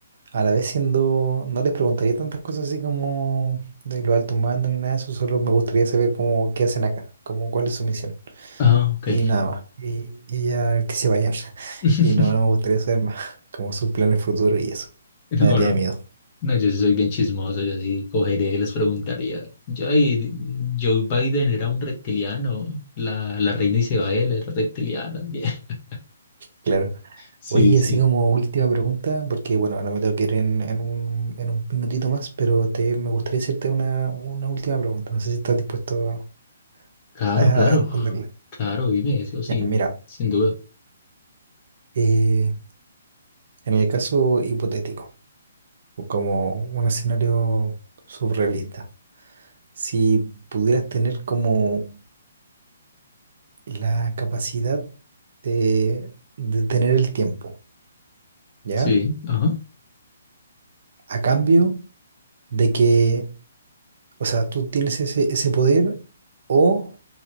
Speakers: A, on the right; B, on the left.
A: a la vez siendo, no les preguntaría tantas cosas así como de los altos mandos ni nada de eso, solo me gustaría saber cómo, qué hacen acá, como cuál es su misión.
B: Ah, ok.
A: Y nada más. Y, y ya que se vayan. <laughs>
B: <laughs>
A: Y no, no me gustaría saber más, <laughs> como sus planes futuros y eso.
B: No,
A: Me daría
B: no,
A: miedo.
B: no, yo sí soy bien chismoso, yo sí cogería y les preguntaría, yo, "Ay, Joe Biden era un reptiliano, la, la reina Isabel era reptiliana. <laughs>
A: Claro.
B: Sí,
A: Oye,
B: sí.
A: así como última pregunta, porque bueno, ahora me tengo que ir en, en un, en un minutito más, pero te, me gustaría hacerte una, una última pregunta. No sé si estás dispuesto a,
B: Claro,
A: a
B: claro,
A: responderle.
B: claro, dime eso sin,
A: Ya, mira,
B: sin duda.
A: eh, en el caso hipotético, o como un escenario surrealista, si pudieras tener como la capacidad de, de tener el tiempo, ¿ya?
B: Sí, ajá.
A: A cambio de que O sea, tú tienes ese, ese poder o